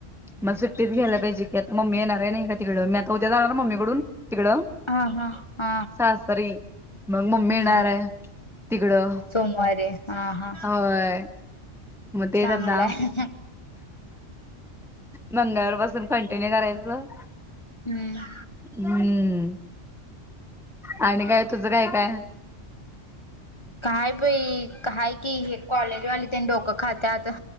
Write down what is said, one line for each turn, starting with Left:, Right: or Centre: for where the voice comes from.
Centre: मग सुट्टीच घ्यायला पाहिजे की आता मम्मी येणार नाही का? इकडं तिकडं मी आता उद्या जाणार मम्मीकडून तिकडं.
Left: हा हा
Centre: सासरी मग मम्मी
Left: हम्म.
Centre: येणार आहे तिकडं
Left: सोमवारी हा हा.
Centre: होय मग तेच
Left: चांगलाय
Centre: आता. मंगळवार पासून कंटिन्यू करायचं.
Left: हम्म.
Centre: हम्म. आणि काय तुझं काय काय?
Left: काय बाई, काय की कॉलेजवाली ते डोकं खातत.